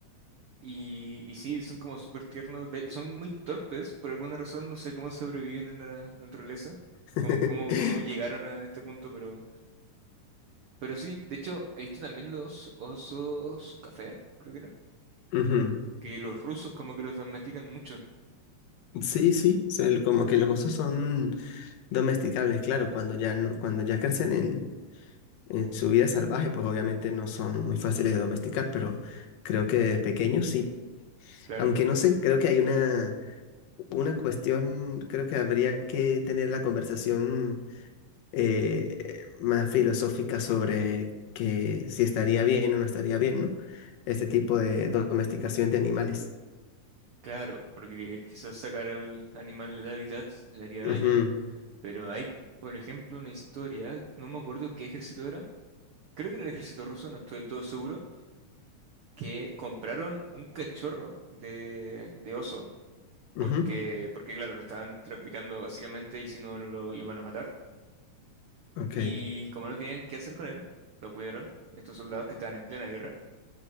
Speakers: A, on the right (about 80°); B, on the left (about 85°).
A: Y, y sí, son como súper tiernos, de- son muy torpes, por alguna razón, no sé cómo sobreviven en la naturaleza,
B: <laughs>
A: cómo, cómo, cómo llegaron a este punto, pero, pero sí, de hecho, he visto también los osos café, creo que eran,
B: Ujú.
A: que los rusos como que los domestican mucho,
B: Sí, sí, son como que los osos son domesticables, claro, cuando ya, no- cuando ya crecen en, en su vida salvaje, pues obviamente no son muy fáciles de domesticar, pero creo que de pequeños sí,
A: claro,
B: aunque no sé, creo que hay una Una cuestión, creo que habría que tener la conversación eh, más filosófica sobre que si estaría bien o no estaría bien, ¿no? Este tipo de domesticación de animales.
A: claro, porque quizás sacar al animal del hábitat le haría daño,
B: Ujú,
A: pero hay, por ejemplo, una historia, no me acuerdo qué ejército era, creo que era el ejército ruso, no estoy del todo seguro que compraron un cachorro de, de oso,
B: ujú,
A: porque, porque claro, lo estaban traficando básicamente y si no lo iban a matar.
B: Ok.
A: Y como no tenían qué hacer con él, lo cuidaron, estos soldados que estaban en plena guerra.